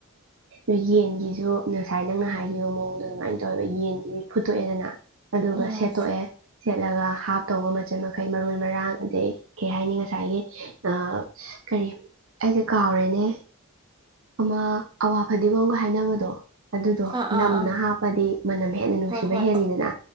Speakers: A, on the right (about 65°); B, on the right (about 20°).
A: ꯑ ꯌꯦꯟꯒꯤꯁꯨ ꯉꯁꯥꯏ ꯅꯪꯅ ꯍꯥꯏꯈꯤꯕꯌ ꯃꯑꯣꯡ ꯑꯗꯨ ꯑꯗꯨꯃꯥꯏꯅ ꯇꯧꯋꯦꯕ ꯌꯦꯟꯁꯤꯗꯤ ꯐꯨꯠꯇꯣꯛꯑꯦꯗꯅ ꯑꯗꯨꯒ
B: ꯎꯝ
A: ꯁꯦꯠꯇꯣꯛꯑꯦ ꯁꯦꯠꯂꯒ ꯍꯥꯞ ꯇꯧꯕ ꯃꯆꯜ ꯃꯈꯩ ꯃꯔꯣꯏ ꯃꯔꯥꯡ ꯑꯗꯩ ꯀꯩ ꯍꯥꯏꯅꯤ ꯉꯁꯥꯏꯒꯤ ꯑ ꯀꯔꯤ ꯑꯩꯁ ꯀꯥꯎꯔꯦꯅꯦ ꯑꯃ ꯑꯋꯥ ꯐꯗꯤꯒꯣ ꯑꯃꯒ ꯍꯥꯏꯅꯕꯗꯣ ꯑꯗꯨꯗꯣ
B: ꯑꯥ ꯑꯥ
A: ꯅꯝꯅ
B: ꯑꯪ
A: ꯍꯥꯞꯄꯗꯤ ꯃꯅꯝ ꯍꯦꯟꯅ ꯅꯨꯡꯁꯤꯕ
B: ꯍꯣꯏ ꯍꯣꯏ
A: ꯍꯦꯜꯂꯤꯗꯅ